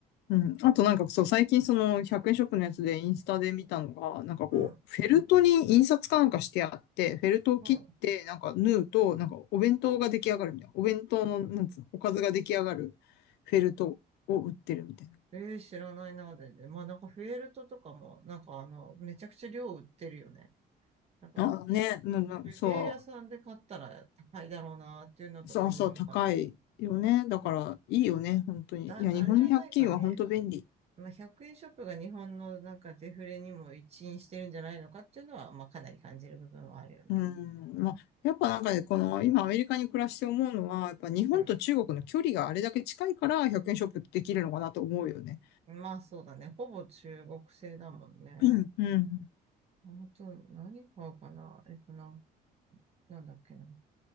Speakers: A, on the left; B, on the right.
A: うん。あとなんかそう、最近その100円ショップのやつでインスタで見たのが、なんかこう、
B: うん、
A: フェルトに印刷かなんかしてあって、フェルトを切って、
B: うん。
A: なんか縫うと、なんかお弁当が出来上がるみたいな。お弁当の、なんつうの、おかずが出来上がるフェルトを売ってるみたい
B: ええ知らないな、全然。まあなんかフェルトとかも、なんかあの、めちゃくちゃ量売ってるよね。なんか、
A: な。あ、ね、うんうんそ
B: 手芸屋さんで買ったら高いだろうなっていうのとかもなんか、
A: う、そうそう、高いよね。だからいいよね、本当に。
B: だ、
A: いや、
B: あれじゃないかね。
A: 日本の100均は本当便利。
B: まあ100円ショップが日本のなんかデフレにも一因してるんじゃないのかっていうのは、まあかなり感じる部分はあるよね。
A: うん、まあ、やっぱなんかね、この今アメリカに暮らして思うのは、やっぱ日本と中国の距離があれだけ近いから100円ショップってできるのかなと思うよね。
B: うんまあそうだね。ほぼ中国製だもんね。
A: うん、うん。
B: あと、何買うかなえっとな、なんだっけな。